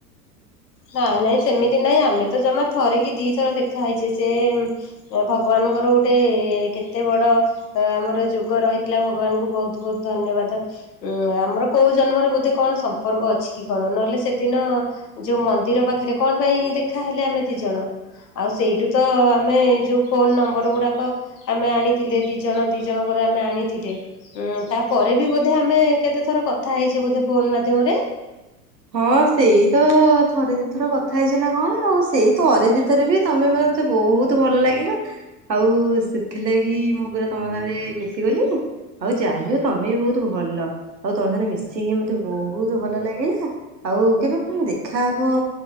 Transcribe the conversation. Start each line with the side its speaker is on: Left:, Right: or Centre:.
Left: ନାଇଁ ନାଇଁ ସେମିତି ନାଇଁ, ଆମେ ତ ଜମା ଥରେ କିି ଦିଥର ଦେଖା ହେଇଛେ। ସେ ଏ ଭଗବାନଙ୍କର ଗୋଟେ ଟେ କେତେ ବଡ଼ ଅ ଆମର ଯୋଗ ରହିଥିଲା, ଭଗବାନଙ୍କୁ ବହୁତ ବହୁତ ଧନ୍ୟବାଦ। ଉଁ ଆମର କୋଉ ଜନ୍ମରେ ବୋଧେ କଣ ସମ୍ପର୍କ ଅଛି କି କଣ? ନହେଲେ ସେଦିନ ଯୋଉ ମନ୍ଦିର ପାଖରେ କଣ ପାଇଁ ଦେଖାହଲେ ଆମେ ଦି ଜଣ? ଆଉ ସେଇଠୁ ତ ଆମେ ଯୋଉ ଫୋନ ନମ୍ବର ଗୁଡ଼ାକ ଆମେ ଆଣି ଥିଲେ, ଦି ଜଣ ଦି ଜଣଙ୍କର ଆମେ ଆଣିଥିଲେ। ଉଁ ତାପରେ ବି ବୋଧେ ଆମେ କେତେ ଥର କଥା ହେଇଛେ ବୋଧେ ଫୋନ ମାଧ୍ୟମରେ?
Right: ହଁ ସେଇ ତ ଥରେ ଦିଥର କଥା ହେଇଛେ ନା କଣ ଆଉ? ସେଇ ଥରେ ଦି ଥରେ ବି ତମେ ମ ମତେ ବହୁତ ଭଲ ଲାଗିଲ। ଆଉ ସେଥିଲାଗି ମୁଁ ପୁରା ତମ ସାଙ୍ଗରେ ମିଶିଗଲି। ଆଉ ଯାହି ହଉ ତମେ ବି ବହୁତ ଭଲ। ଆଉ ତମ ସାଙ୍ଗେରେ ମିଶିକି ମତେ ବହୁତ ଭଲ ଲାଗିଲା। ଆଉ କେବେ କଣ ଆମ ଦେଖାହବ